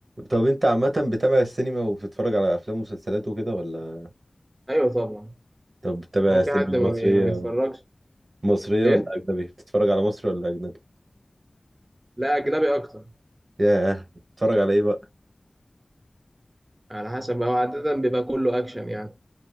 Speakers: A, on the right (about 85°); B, on the right (about 45°).
A: طب انت عامة بتابع السينما وبتتفرج على أفلام ومسلسلات وكده ولا
B: ايوه طبعا
A: طب بتتابع
B: هو
A: سينما
B: في حد ما,
A: مصرية
B: بي... ما بيتفرجش
A: مصرية
B: ايه
A: ولا أجنبي؟ بتتفرج على مصري ولا أجنبي؟
B: لا اجنبي اكتر
A: ياه بتتفرج على ايه بقى
B: على حسب هو عاده بيبقى كله اكشن يعني